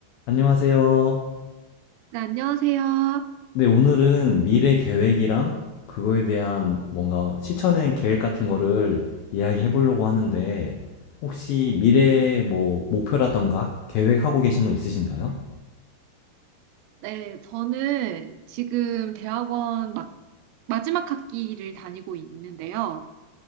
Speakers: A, on the left; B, on the right.
A: 안녕하세요.
B: 네, 안녕하세요.
A: 네, 오늘은 미래 계획이랑 그거에 대한 뭔가 실천의 계획 같은 거를 이야기해 보려고 하는데, 혹시 미래 뭐 목표라던가 계획하고 계신 거 있으신가요?
B: 네, 저는 지금 대학원 막 마지막 학기를 다니고 있는데요.